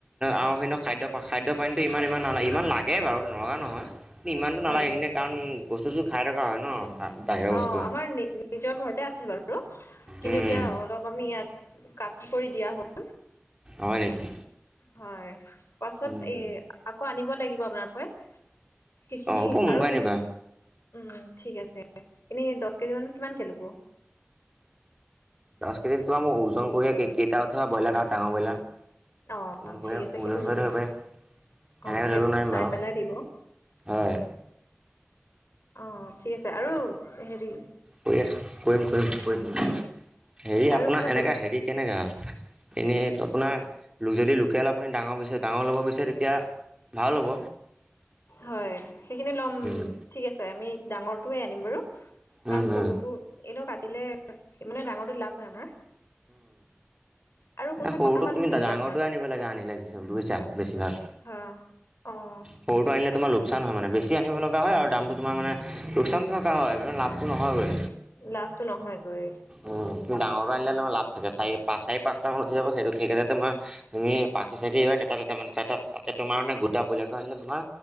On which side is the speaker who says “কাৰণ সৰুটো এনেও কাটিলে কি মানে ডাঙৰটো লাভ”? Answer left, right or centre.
Left